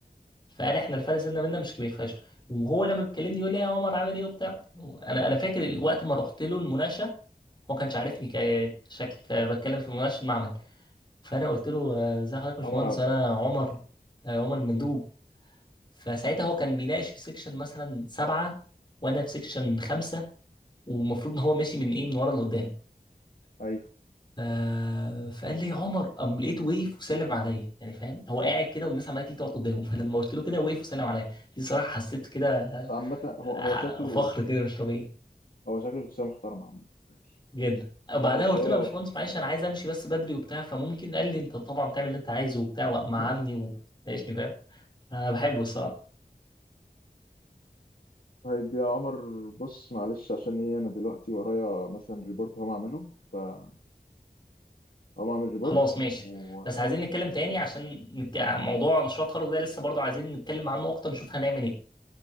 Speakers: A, on the left (about 30°); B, on the left (about 60°).
A: فقال احنا الفرق سنة منا مش كبير فشخ وهو لما بيكلمني يقول لي يا عمر عامل ايه وبتاع انا انا فاكر وقت ما رحت له المناقشه هو كانش عارفني كشكل فبتكلم في مناقشه المعمل فانا قلت له آه، ازي حضرتك يا
B: عمر
A: باشمهندس
B: عبد
A: انا عمر آه، عمر المندوب فساعتها هو كان بيناقش في سيكشن مثلا سبعه وانا في سيكشن خمسه ومفروض ان هو ماشي من ايه من ورا لقدام
B: ايوه
A: آه فقال لي يا عمر قام لقيته وقف وسلم عليا يعني فاهم هو قاعد كده والناس عماله تيجي تقعد قدامه فلما قلت له كده وقف وسلم عليا دي صراحه حسيت كده
B: بس عامة هو
A: آه،
B: هو شكله
A: فخر كده مش طبيعي
B: هو شكله شخصية محترمة عامة عادي.
A: جدا وبعدها
B: بس
A: قلت
B: هي
A: له يا باشمهندس معلش انا عايز امشي بس بدري وبتاع فممكن قال لي انت طبعا بتعمل اللي انت عايزه وبتاع
B: <laughs>
A: وقعدني وعيشني فاهم انا بحبه الصراحه
B: طيب يا عمر بص معلش عشان ايه انا دلوقتي ورايا مثلا ريبورت هقوم اعمله فهقوم اعمل ريبورت
A: خلاص ماشي
B: وخلاص
A: بس عايزين نتكلم تاني عشان نك- موضوع مشروع التخرج ده لسه برضه عايزين نتكلم عنه اكتر نشوف هنعمل ايه